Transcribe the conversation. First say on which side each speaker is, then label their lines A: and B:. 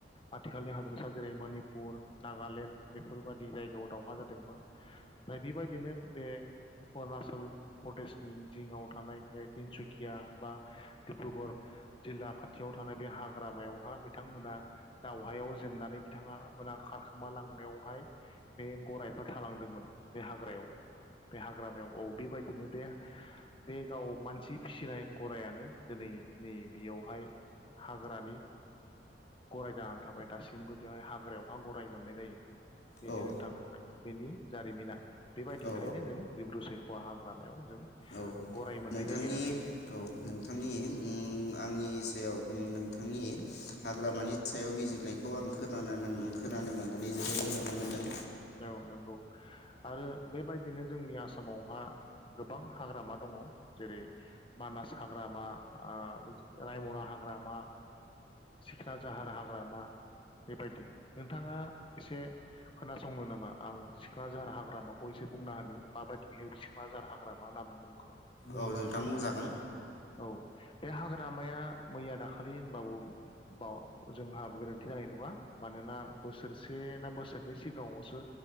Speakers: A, on the left; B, on the left.
A: आथिखालनि हादोरसा जेरै मनिपुर नागालेण्ड बेफोरबाददि जायगायाव दावहा जादोंमोन। ओमफाय बेबायदिनो बे अरुणाचल प्रदेशनि जिङाव थानाय बे तिनसुकिया बा डिब्रुगर जिल्ला खाथियाव थानाय बे हाग्रामायावहा बिथांमोना दावहायाव जेननानै बिथाङा मोना खारखोमा लांनायावहाय बे गरायफ्रा थालांदोंमोन बे हाग्रायाव बे हाग्रामायाव औ बेबायदिनो बे बे गाव मानसि फिसिनाय गरायानो दिनै नै बेयावहाय हाग्रानि गराय जानानै थाबाय दासिमबो बेवहाय हाग्रायावहा गराय मोननाय जायो। बेनो
B: औ
A: नोंथां बेनि जारिमिना बेबायदिखायनो
B: औ
A: जों दिब्रु सैख'वा हाग्रामायाव जों
B: औ
A: गराय मोननाय
B: नोंथांनि
A: जायो आरो।
B: औ नोंथांनि ओम आंनि सायाव ओ नोंथांनि हाग्रा मानि सायाव बिजिरनायखौ आं खोनाना खोनानो मोननानै जोबोद गोजोननाय मोन्दों।
A: औ नंगौ आरो बेबायदिनो जोंनि आसामावहा गोबां हाग्रामा दङ जेरै मानास हाग्रामा आ रायमना हाग्रामा सिखना जाहार हाग्रामा बेबायदि नोंथाङा एसे खोनासंनो नामा आं सिखोन जाहार हाग्रामाखौ एसे बुंनो हानि माबायदि हाय सिख्नाझार हाग्रामा नाम मुं
B: औ
A: मोनखो
B: नोंथां बुंजागोन
A: औ बे हाग्रामाया मैया दाखालि होनबाबो बाव जोंहा गोरोन्थि जानाय नङा मानोना बोसोर बे ना बोसोरनि सिगाङावसो